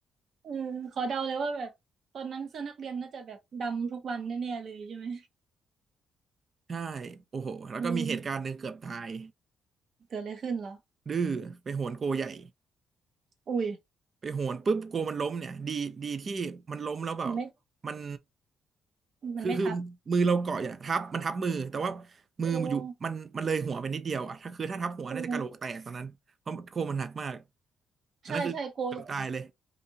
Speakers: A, on the right; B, on the right.
A: เออขอเดาเลยว่าแบบตอนนั้นเสื้อนักเรียนน่าจะแบบดำทุกวันแน่ๆเลยใช่ไหม
B: <laughs> ใช่โอ้โหแล้วก็มีเหตุการณ์หนึ่งเกือบตาย
A: อืมเกิดอะไรขึ้นเหรอ
B: ดื้อไปโหนโกใหญ่
A: อุ้ย
B: ไปโหนปุ๊บกลัวมันล้มเนี่ยดีดีที่มันล้มแล้วแบบ
A: มันไม่
B: มัน
A: มันไม่ทับ
B: คือคือมือเราเกาะอยู่นะทับมันทับมือแต่ว่ามืออยู่มันมันเลยหัวไปนิดเดียวอ่ะถ้าคือถ้าทับหัวน่าจะกะโหลกแตกตอนนั้นเพราะโคมันหนักมาก
A: โอ้โอ้
B: อันนั้นคือเกือบตายเลย
A: ใช่ใช่โกใหญ่เลย